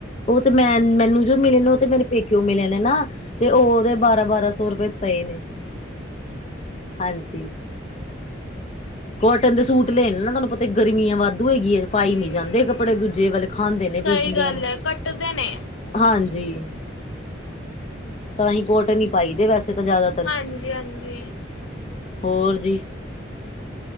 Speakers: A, on the left; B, on the left.
A: ਓ ਤੇ ਮੈਂ ਮੈਨੂੰ ਜੋ ਮਿਲੇ ਨੇ, ਉਹ ਤੇ ਮੇਰੇ ਪੇਕਯੋੰ ਮਿਲੇ ਨੇ ਨਾ। ਤੇ ਓ ਦੇ ਬਾਰਾਂ-ਬਾਰਾਂ ਸੌ ਰੁਪਏ ਪਏ ਨੇ।
B: <inaudible>
A: ਹਾਂਜੀ। ਕੋਟਨ ਦੇ ਸੂਟ ਲੈਏਨ ਨਾ ਤੁਹਾਨੂੰ ਪਤਾ ਗਰਮੀਆਂ ਵਾਧੂ ਹੈਗੀ ਏ। ਪਾਈ
B: ਹੂੰ
A: ਨੀ ਜਾਂਦੇ ਕੱਪੜੇ ਦੂਜੇ ਵਾਲੇ ਖਾਂਦੇ ਨੇ ਪਿੰਡੀਆਂ
B: ਸਹੀ ਗੱਲ
A: ਨੂੰ।
B: ਹੈ ਕੱਟਦੇ ਨੇ
A: ਹਾਂਜੀ, ਤਾਂ ਹੀ ਕੋਟਨ ਹੀ ਪਾਈ ਦੇ ਵੈਸੇ ਤਾਂ ਜਾਦਾ।
B: ਹਾਂਜੀ-ਹਾਂਜੀ।
A: ਹੋਰ ਜੀ।